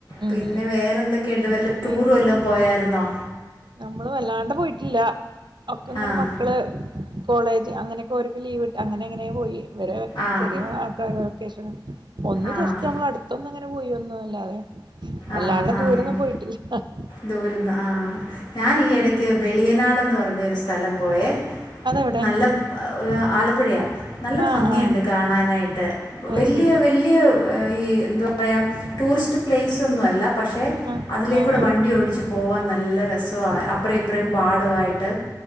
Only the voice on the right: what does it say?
ഉം
ഉം
വേറെന്താ
നമ്മള് വല്ലാണ്ട പോയിട്ടില്ല ഒക്കെങ്ങനെ
മക്കള്. കോളേജ് അങ്ങനെയൊക്കെ ഓര്ക്ക് ലീവ്ണ്ട് അങ്ങനങ്ങനെ പോയി ഇവരെ
ചെറിയ ആൾക്കാരാ. വെക്കെഷം ഒന്ന്
ജസ്റ്റ് നമ്മളട്ത്തൊന്ന് ഇങ്ങനെപോയി വന്നേല്ലാതെ. അല്ലാണ്ട
ദൂരൊന്നും
പോയിട്ടില്ലൃ <unintelligible>
അതെവിടെ
ആഹ്
ആഹ്
അത്
ശരി
ആഹ്
ആഹ്